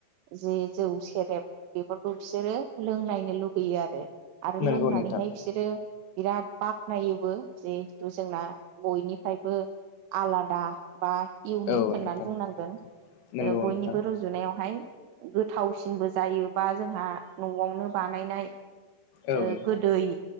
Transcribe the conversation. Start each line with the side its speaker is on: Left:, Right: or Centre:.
Right: जे जौ सेरेब बेफोरखौ बिसोरो लोंनायनो लुगैयो आरो आरो
Left: नंगौ
Right: लोंनानैहाय
Left: नोंथां
Right: बिसोरो बिराद बाखनायोबो जिहेथु जोंना बयनिफ्रायबो आलादा बा इउनिक
Left: औ
Right: होननानै
Left: नोंथां
Right: बुंनांगोन
Left: नंगौ
Right: बयनिबो
Left: नोंथां
Right: रुजुनायावहाय गोथावसि सिनबो जायोबा जोंहा न'आवनो बानायनाय
Left: औ
Right: ओ
Left: नोंथां
Right: गोदै